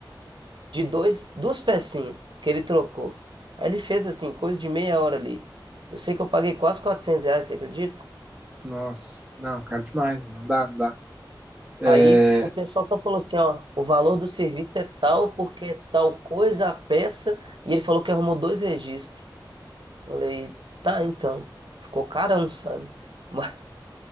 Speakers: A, on the right; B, on the right.
A: de dois, duas pecinhas que ele trocou. Aí ele fez assim, coisa de meia hora ali. Eu sei que eu paguei quase 400 reais, você acredita?
B: Nossa, não, cara, demais, não dá, não dá. É,
A: Aí o pessoal só falou assim, ó, o valor do serviço é tal porque é tal coisa a peça, e ele falou que arrumou dois registros. Falei, tá, então. Ficou carão, sabe? Mas,